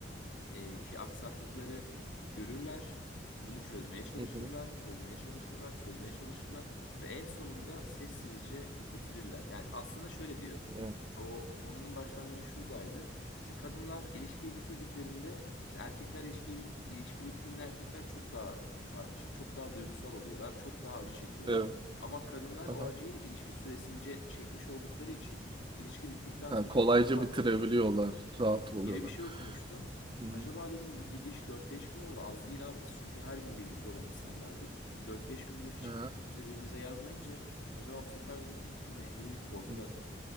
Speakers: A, on the left; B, on the right.
A: e, ki aksaklıkları görürler. Bunu çözmeye çalışırlar,
B: Hı hı.
A: çözmeye çalışırlar, çözmeye çalışırlar ve en sonunda sessizce bitirirler. Yani aslında şöyle diyor.
B: hı.
A: O konunun başlangıcı şuradaydı. İşte kadınlar ilişkiyi bitirdiklerinde, işte erkekler ilişkiyi bitti, ilişki bittiğinde erkekler çok daha karmaşık, çok daha duygusal oluyorlar, çok daha acı çekiyorlar.
B: Evet.
A: Ama kadınlar
B: Aha.
A: o acıyı ilişki süresince çekmiş oldukları için ilişki bittikten
B: Ha,
A: sonra
B: kolayca
A: daha rahat
B: bitirebiliyorlar.
A: oluyorlar
B: Rahat oluyorlar.
A: gibi bir şey okumuştum.
B: Hı hı.
A: Acaba dedim bu gidiş dört beş gün oldu az değil abi biz çünkü her gün birlikte olan insanlardık. Dört beş gündür hiç
B: Ha.
A: ikimiz de birbirimize yazmayınca acaba bu sefer dedim bitti mi gibi bir korku
B: Hı.
A: da